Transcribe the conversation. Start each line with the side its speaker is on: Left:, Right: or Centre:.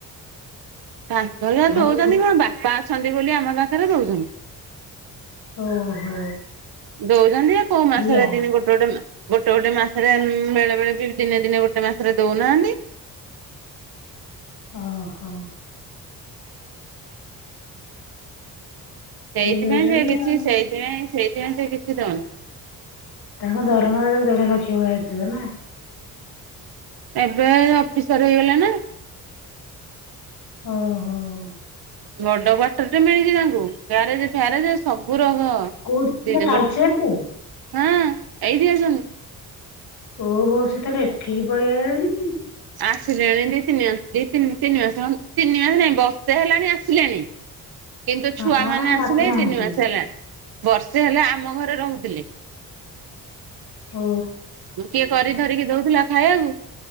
Right: ପାଞ୍ଚ ହଜାର
Left: ଘରକୁ।
Right: ଦଉଛନ୍ତି କ'ଣ ବାପା ଅଛନ୍ତି ବୋଲି ଆମ ପାଖରେ ଦଉଛନ୍ତି।
Left: ଓହୋ।
Right: ଦଉଛନ୍ତି। କୋଉ ମାସରେ
Left: ଏଇଆ
Right: ଦିନେ ଗୋଟେ ଗୋଟେ ମା ଗୋଟେ ଗୋଟେ ମାସରେ ବେଳେ ବେଳେ ବି ଦିନେ ଦିନେ ଗୋଟେ ମାସରେ ଦଉନାହାନ୍ତି। <inaudible>
Left: ଓହୋଃ!
Right: ସେଇଥିପାଇଁ
Left: ଦଉଛନ୍ତି
Right: ସେ କିଛି
Left: ଆଉ।
Right: ସେଇଥିପାଇଁ ସେଇଥିପାଇଁ ସେ କିଛି ଦଉନି।
Left: ତାଙ୍କ ଦରମା ଦେଢ଼ ଲକ୍ଷ୍ୟ ଭଳିଆ ହେଇଥିବ ନା?
Right: ଏବେ ଅଫିସର ହେଇଗଲା ନା।
Left: ଓହୋଃ!
Right: ବଡ କ୍ଵାର୍ଟର ଟେ ମିଳିଛି ତାଙ୍କୁ ଗ୍ୟାରେଜ ଫ୍ୟାରେଜ ସବୁ ର ହଁ,
Left: କୋଉଠି
Right: <unintelligible>
Left: ଥିଲା ତାଳଚେରରେ?
Right: ହାଁ ଏଇଠି ଅଛନ୍ତି।
Left: ଓହୋଃ! ସିଏ ତାହେଲେ ଏଠିକି ପଳେଇଆ ଆଇଲାଣି।
Right: ଆସିଲେଣି ଦି ତିନି ମାସ ଦି ତିନି ତିନି ମାସ ହ ତିନି ମାସ ନାଇଁ ବର୍ଷେ ହେଲାଣି ଆସିଲେଣି। କିନ୍ତୁ ଛୁଆ
Left: ହଁ
Right: ମାନେ ଆସିଲେ
Left: ଡାକୁନାହାନ୍ତି
Right: ତିନି ମାସ ହେଲାଣି ବର୍ଷେ ହେଲା ଆ ମ ଘରେ ରହୁଥିଲେ।
Left: ହୋ
Right: ଯୋଉ କିଏ କରି ଧରିକି ଦଉଥିଲା ଖାଇବାକୁ?